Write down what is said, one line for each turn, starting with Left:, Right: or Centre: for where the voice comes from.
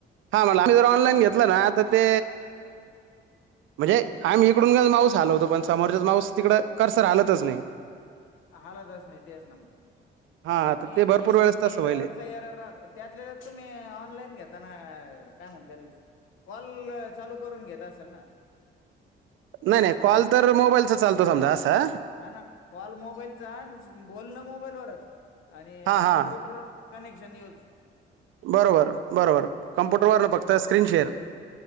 Right: हा मला आम्ही जर ऑनलाईन घेतलं ना तर ते म्हणजे आम्ही इकडून माऊस आलो होतो पण समोरचाच माऊस तिकड कर सर हालतच नाही.
Left: हालतच नाही तेच ना मग
Right: हा
Left: नाही
Right: तर ते भरपूर वेळेस
Left: नेटवर्कचा
Right: तसं व्हायलय
Left: एरर राहत त्यातले तुम्ही ऑनलाईन घेताना. हा काय म्हणता कॉल चालू करून घेत असाल ना
Right: नाही नाही कॉल तर मोबाईलचा चालतो समजा असं
Left: हा ना कॉल मोबाईलचा बोल ना मोबाईलवरच आणि
Right: हां हां
Left: कम्प्युटर कनेक्शन न्यूज
Right: बरोबर बरोबर कम्प्युटरवर फक्त स्क्रीनशेअर